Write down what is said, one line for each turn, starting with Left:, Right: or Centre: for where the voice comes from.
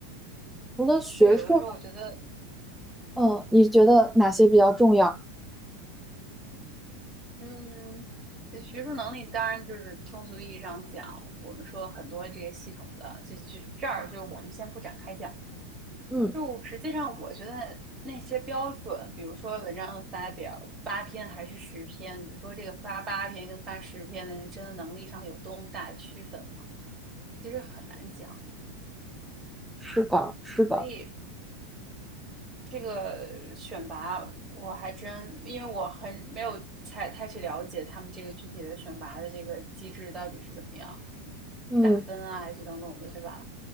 Centre: 除了学术
Right: 就有的时候我觉得，
Centre: 嗯，你觉得哪些比较重要？
Right: 嗯，这学术能力当然就是通俗意义上讲，我们说很多这些系统的，这就这儿就我们先不展开讲了。
Centre: 嗯
Right: 就我实际上，我觉得那些标准，比如说文章的发表八篇还是十篇，比如说这个发八篇跟发十篇的人，真的能力上有多么大的区分吗？其实很难讲。
Centre: 是的，是的，
Right: 所以这个选拔，我还真因为我很没有太太去了解他们这个具体的选拔的这个机制到底是怎么样，
Centre: 嗯，
Right: 是打分啊，还是等等的，对吧？